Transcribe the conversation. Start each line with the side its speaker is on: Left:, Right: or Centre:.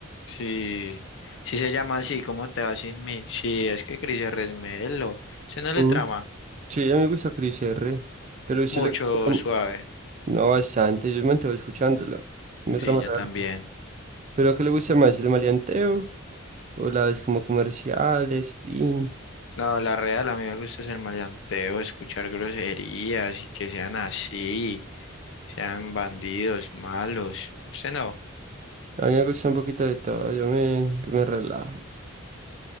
Left: Sí, sí se llama así, cómo te va sin mí. Sí, es que Cris Herrera es melo. ¿Se no
Right: Mm.
Left: le trama?
Right: Sí, a mí me gusta Chris R. Pero a usted
Left: Mucho
Right: le gusta, mm,
Left: suave.
Right: no bastante, yo me mantengo escuchándola. Me trama
Left: Sí, yo
Right: raro.
Left: también.
Right: ¿Pero qué le gusta más, el maleanteo o las como comerciales? teen?
Left: No, la real, a mí me gusta hacer maleanteo, escuchar groserías y que sean así, sean bandidos, malos. Usted no.
Right: A mí me gusta un poquito de todo, yo me, yo me relajo.